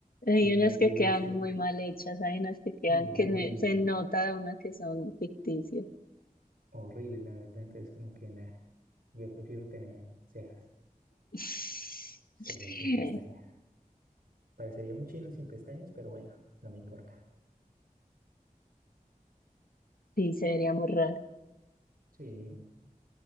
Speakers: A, on the left; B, on the right.
A: Hay
B: uy,
A: unas
B: no, yo
A: que
B: vi
A: quedan
B: eso y
A: muy
B: dije,
A: mal hechas, hay unas que quedan,
B: uy, horrible,
A: que ne- se nota de una que son ficticias.
B: horrible, la verdad. Entonces, como que nada, yo prefiero tener cejas.
A: <laughs>
B: Sí, sin pestañas. Parecería un chino sin pestañas, pero bueno, no me importa.
A: Sí, sería muy raro.
B: Sí,